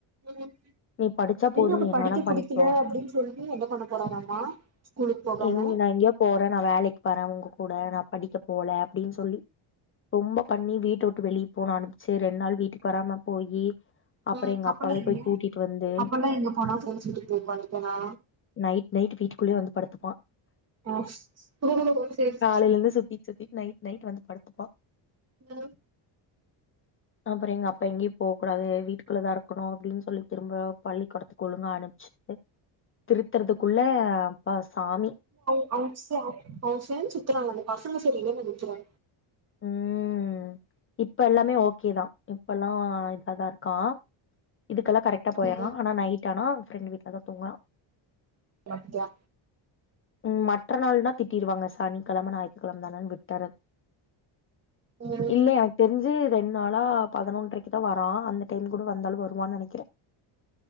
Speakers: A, on the right; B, on the left.
A: ம்
B: நீ படிச்சா போது
A: அவ
B: நீ என்ன
A: படிக்க
B: வேணா பண்ணிக்கோ
A: புடிக்கல அப்டின்னு சொல்லி என்ன பண்ண போறானாமா ஸ்கூலுக்கு போகாம
B: எங்நா எங்கேயோ போறே நான வேலைக்கு வர உங்க கூட நா படிக்க போல அப்டின்னு சொல்லி ரொம்ப பண்ணி வீட்ட விட்டு வெளி போன அனுப்பிச்சு ரெண்டு நாள் வீட்டுக்கு வராம போயி அப்புறம்
A: உம் அப்பல்லா
B: அப்பாவே
A: எங்க
B: போய் கூட்டிட்டு வந்து
A: அப்பல்லாம் எங்க போனா கோச்சிட்டு போய் உட்காந்துப்பனா
B: நைட் நைட் வீட்டுக்குள்ளயே வந்து படுத்துப்பான்
A: உம் ஓ செர்
B: காலையில இருந்து சுத்திட்டு சுத்திட்டு நைட் நைட் வந்து படுத்துப்பா
A: ஓ
B: அப்பறம் எங்க அப்பா எங்கேயும் போக கூடாது வீட்டுக்குள்ளதா இருக்கணும் அப்படின்னு சொல்லி திரும்ப பள்ளிக்கூடத்துக்கு ஒழுங்க அனுப்பிச்சு திருத்துறதுக்குள்ள அப்பா சாமி
A: <unintelligible> அவ சேர்ந்து சுத்துறாங்க அந்த பசங்க சரி இல்ல நினைக்கிறே
B: உம் இப்ப எல்லாமே ஓகேதா இப்ப எல்லாம் இதாதா இருக்கா இதுக்கல்லா கரெக்டாக போயிடற
A: ம்
B: நைட் ஆனா ப்ரெண்ட் வீட்ல தா தூங்குறா
A: அப்படியா
B: உம் மட் ர நாள்னா திட்டிடுவாங்கா சனி கிழம ஞாயித்துக்கிழம தான விட்டரா
A: ம்
B: இல்லை எனக்கு தெரிஞ்சு ரெண்டு நாளா பதினொன்றரைக்கு தா வரா அந்த டைம் கூட வந்தாலும் வருவான்னு நினைக்கிறே